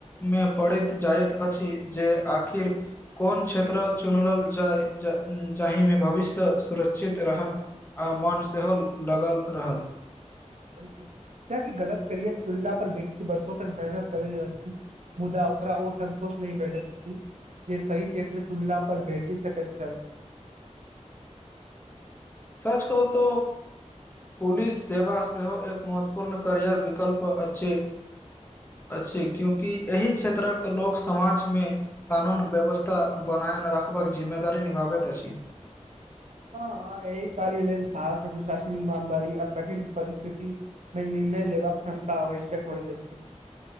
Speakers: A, on the left (about 15°); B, on the right (about 70°).
A: मे पड़ैत जाइत अछि जे आखिर कोन क्षेत्र चुनल जाय जाहिमे भविष्य सुरक्षित रहन आ मन सेहो लागल रहल
B: बिल्कुल क की गलत करियर चुनला पर व्यक्ति बरसो तक मेहनत करे मुदा ओकरा ओ संन्तोष नहि भेटैत अछि जे सहि क्षेत्र चुनला पर भेठी सकैत छल
A: सच कहू तो पुलिस सेवा सेहो एक महत्वपूर्ण कैरियर विकल्प अछि अछि क्यूकि एहि क्षेत्रक लोक समाजमे कानून व्यवस्था बना रखबाक जिम्मेदारी निभाबैत अछि
B: <unintelligible> हँ ह एक कार्य लेल साहस अनुशासन ईमानदारी अ कठिन परिस्थिति मे नय लेबाक क्षमता आवश्यक होइत अछि